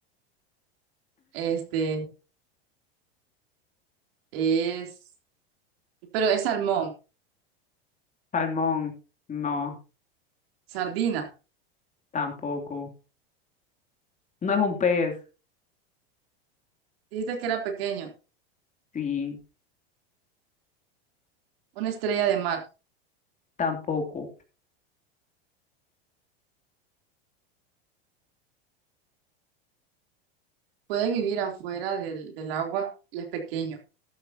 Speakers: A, on the right (about 70°); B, on the left (about 25°).
A: Este es. Pero es salmón.
B: Salmón, no,
A: Sardina.
B: tampoco. No es un pez,
A: Dijiste que era pequeño.
B: sí,
A: Una estrella de mar.
B: tampoco.
A: Puede vivir afuera del, del agua y es pequeño.